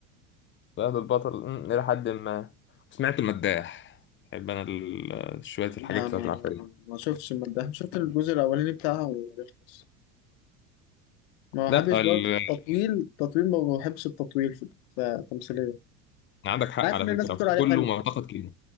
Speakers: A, on the left; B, on the left.
A: فهد البطل أمم، إلى حد ما سمعت المداح بحب انا ال- شوية
B: لا
A: الحاجات بتاعت
B: ما
A: العفاريت
B: ما شفتش من ده شفت الجزء الاولاني بتاعها وخلاص ما
A: لا
B: بحبش برضه
A: ال...
B: التطويل تطويل ما بحبش التطويل في في التمثيليه
A: عندك حق
B: انا عارف
A: على
B: ان
A: فكرة
B: الناس بتقول
A: كان
B: عليه
A: كله
B: حلو
A: معتقد كده